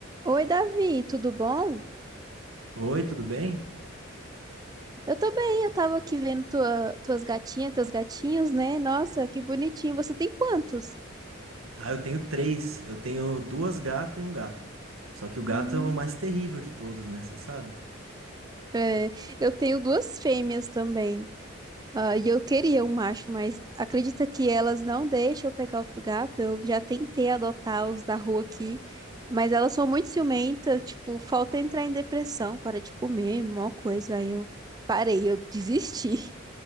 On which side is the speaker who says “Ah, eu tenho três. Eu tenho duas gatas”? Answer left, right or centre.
Right